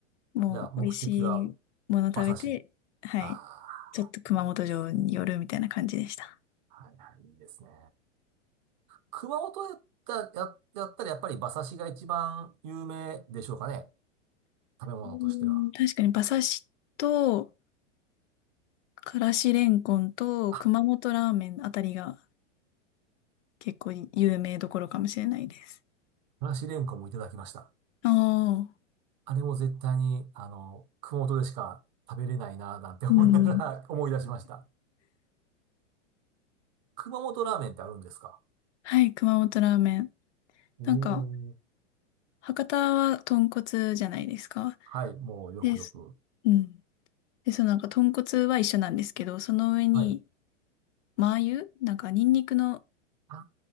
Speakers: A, on the left; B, on the right.
A: もう美味しいもの食べて、
B: じゃあ目的は馬刺し。
A: はい。
B: ああ、
A: ちょっと熊本城に寄るみたいな感じでした。
B: いいです。はいはい、いいですね。熊本やった、や、やったらやっぱり馬刺しが一番有名でしょうかね。食べ物としては。
A: うん、確かに馬刺しと、からしれんこんと、
B: あ、
A: 熊本ラーメンあたりが結構有名どころかもしれないです。
B: からしれんこんもいただきました。
A: ああ、
B: あれも絶対に、あの、熊本でしか食べれないなぁなんて思いながら
A: うん。
B: <laughs> 思い出しました。熊本ラーメンってあるんですか
A: はい、熊本ラーメン。
B: お
A: なんか、
B: ー。
A: 博多は豚骨じゃないですか。
B: はい、もうよくよく。
A: で、すうん。で、そのなんか豚骨は一緒なんですけど、その上に、
B: はい。
A: マー油なんかニンニクの
B: あ、